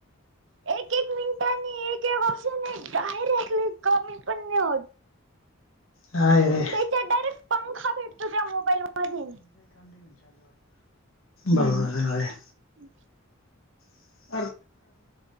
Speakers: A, on the right; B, on the left.
A: एक एक मिनिटानी एक एक <unintelligible> डायरेली कमी पण नाही होत
B: <unintelligible>
A: त्याच्यात डायरेक्ट पंखा भेटतो त्या मोबाईल मध्ये
B: बरं आहे
A: <unintelligible>
B: <unintelligible>